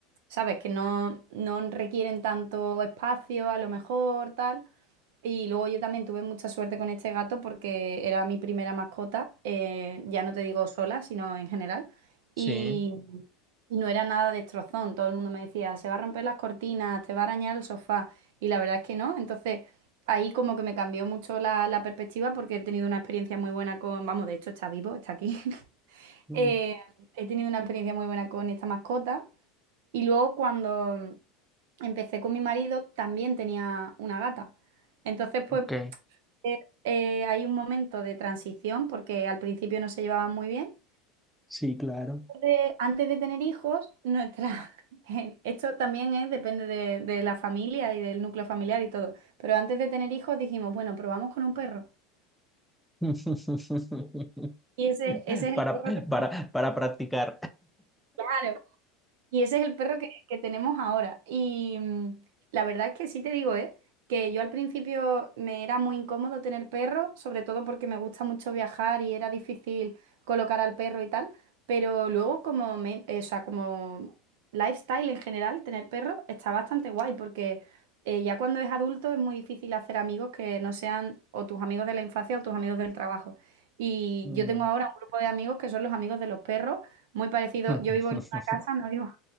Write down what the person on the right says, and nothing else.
sabes, que no, no requieren tanto espacio, a lo mejor, tal. Y luego yo también tuve mucha suerte con este gato porque era mi primera mascota, eh, ya no te digo sola, sino en general.
Y, y no era nada destrozón, todo el mundo me decía, se va a romper las cortinas, te va a arañar el sofá. Y la verdad es que no. Entonces, ahí como que me cambió mucho la, la perspectiva porque he tenido una experiencia muy buena con, vamos, de hecho está vivo, está aquí. <laughs>
Eh, he tenido una experiencia muy buena con esta mascota y luego cuando empecé con mi marido también tenía una gata. Entonces, pues
eh, eh, hay un momento de transición porque al principio no se llevaban muy bien.
de- antes de tener hijos, nuestra... <laughs> Esto también es, depende de, de la familia y del núcleo familiar y todo. Pero antes de tener hijos dijimos, bueno, probamos con un perro.
Y ese, ese es
el perro que,
claro, y ese es el perro que, que tenemos ahora. Y mm, la verdad es que sí te digo, ¿eh? Que yo al principio me era muy incómodo tener perro, sobre todo porque me gusta mucho viajar y era difícil colocar al perro y tal. Pero luego como, me- eh, o sea, como lifestyle en general, tener perro está bastante guay porque eh, ya cuando es adulto es muy difícil hacer amigos que no sean o tus amigos de la infancia o tus amigos del trabajo. Y
yo tengo ahora un grupo de amigos que son los amigos de los perros, muy parecido.
Yo vivo en una casa, no vivo